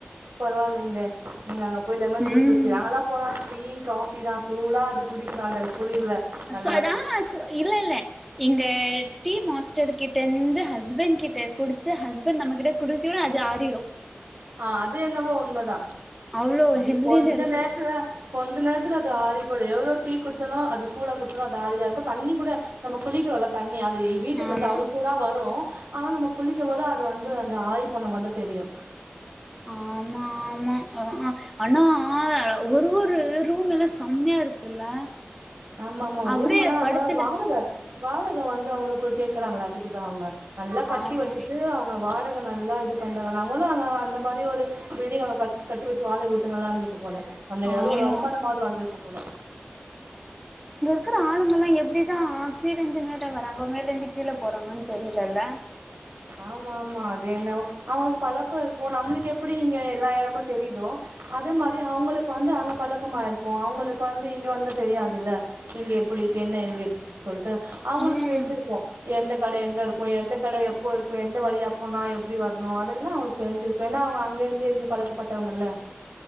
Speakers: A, on the right; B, in the centre.
A: பரவாயில்லைங்களே நீங்க அங்க போய் லெமன் ஜூஸ்
B: ம்
A: குடிச்சீஙக நாங்களா போனா டீ காஃபி தா சூடா அது குடிக்கனு அந்த குளிர்ல நல்லா
B: சொ அதா
A: இருக்கு
B: சொ இல்லல்ல இங்க டி மாஸ்டர் கிட்ட ந்து ஹஸ்பண்ட் கிட்ட குடுத்து ஹஸ்பண்ட் நம்மகிட்ட குடுசோனே அது ஆறிரு
A: ஆ அது என்னவோ உண்மதா
B: அவ்ளோ
A: அது
B: ஜில்லுன்னு
A: கொஞ்ச
B: இருக்கு
A: நேரத்துல கொஞ்ச நேர்த்துல அது ஆறிப்போயிடு எவ்ளோ டீ குட்ச்சேனா அது சூடா குட்ச்சனா அது ஆறிதா இருக்கு தண்ணி கூட நம்ம குளிக்கிறோல தண்ணி அது ஹீட்டல இருந்து
B: ஆமா
A: அவ்ளோ சூடா வரு ஆனா நம்ம குளிக்கும் போது அது வந்து அந்த ஆரி போனமார் தா தெரியு
B: ஆமா ஆமா அ ஆ ஆனா ஒரு ஒரு ரூம் எல்லா செம்மையா இருக்குல்ல
A: ஆமா ஆமா
B: அப்டியே
A: ரூம் வேணா நாங்க
B: படுத்துல
A: வாடக வாடக வந்து அவ்ளோகோ கே க்கறாங்கல்ல அதுக்குதா அவுங்க நல்லா கட்டி
B: ஆமா
A: வெச்சுட்டு அவுங்க வாடக நல்லா இது பண்றாங்க நம்மளு அங்க அந்த மாரி ஒரு பில்டிங் அவுங்க கட் கட்டி வெச்சு வாடக விட்டு நல்லா இருந்திருக்கு போல நம்மளுக்கு எதாவது
B: ஆமா
A: ஒரு வருமானமாவது வந்திருக்கு போல
B: க்கிற ஆளுங்கெல்லா எப்டிதா கீழிந்து மேல வராங்கோ மேலிருந்து கீழ போறாங்கன்னு தெரில இல்ல
A: ஆமாமா அது என்னவோ அவுங்களுக்கு பழக்கோ கோ நம்மளுக்கு எப்டி இங்க எல்லா எடமு தெரியுதோ அதே மாரி அவுங்களுக்கு வந்து அங்க பழக்கமாயிருக்கு அவுங்களுக்கு வந்து இங்க வந்தா தெரியாதில்ல இங்க எப்புடி இருக்கு என்ன எங்க இருக்குக் சொல்ட்டு அவுங்களுக்கு
B: ம்
A: தெரிஞ்சிர்க்கோ எந்த கட எங்க இருக்கோ எந்த கட எப்போ இருக் கு எந்த வழியா போனா எப்டி வர்ணு அதெல்லா அவுள்க்கு தெரிஞ்சிருக்கு ஏன்னா அவுங்க அங்கே இர்ந்து இர்ந்து பழக்கப்பட்டவங்கல்ல